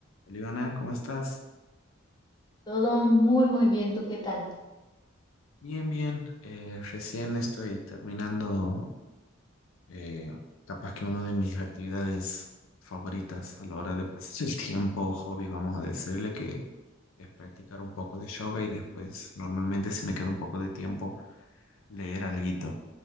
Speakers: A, on the left; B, on the left.
A: Eliana, ¿cómo estás?
B: Todo muy, muy bien. ¿Tú qué tal?
A: Bien, bien. Eh, recién estoy terminando eh, capaz que una de mis actividades favoritas a la hora de pasar el tiempo, hobby, vamos a decirle que es practicar un poco de yoga y después normalmente si me queda un poco de tiempo leer alguito,